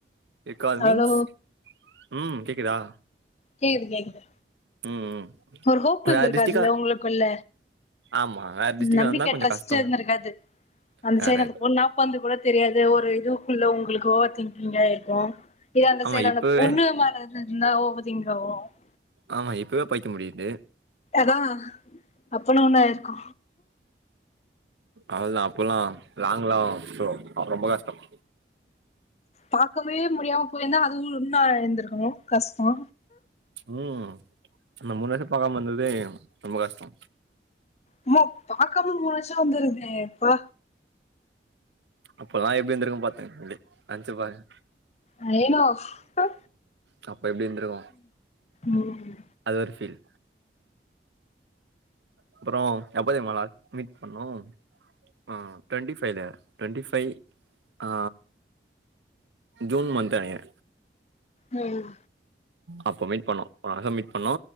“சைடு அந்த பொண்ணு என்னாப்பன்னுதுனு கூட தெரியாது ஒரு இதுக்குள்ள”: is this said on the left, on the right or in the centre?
Left